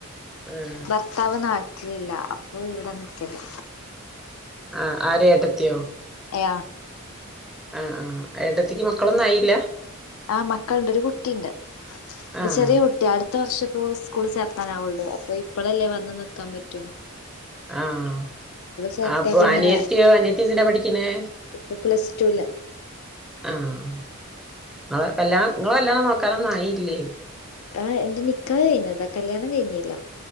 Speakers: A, in the centre; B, on the left.
A: ആഹ്
B: ഭർ ത്താവ് നാട്ടിലില്ല അപ്പോ ഇവിടെ നിക്കല്
A: ആഹ് ആര് ഏട്ടത്തിയോ
B: ഏ
A: ആഹ് ആഹ് ഏട്ടത്തിക്ക് മക്കളൊന്നും ആയില്ല
B: ആഹ് മക്കളുണ്ട് ഒരു കുട്ടിണ്ട് ഇപ്പോ
A: ആഹ്
B: ചെറിയ കു കുട്ടിയാ അടുത്ത വർഷം ഇപ്പോ സ്കൂളിൽ ചേർത്താനാവുള്ളൂ അപ്പോ ഇപ്പളല്ലേ വന്ന് നിൽക്കാൻ പറ്റു
A: ആഹ്
B: ചേർത്തിയാ
A: അപ്പോ
B: പിന്നെ
A: അനിയത്തിയോ അനിയത്തി എന്തിനാ പഠിക്കണേ
B: ഇപ്പൊ പ്ലസ് ടുല്
A: ആഹ് നിങ്ങള് കല്യാണം നിങ്ങള് കല്യാണം നോക്കാനൊന്നും ആയില്ലേ
B: ആഹ് എന്റെ നിക്കാഹ്‌ കഴിഞ്ഞതാ കല്യാണം കഴിഞ്ഞില്ല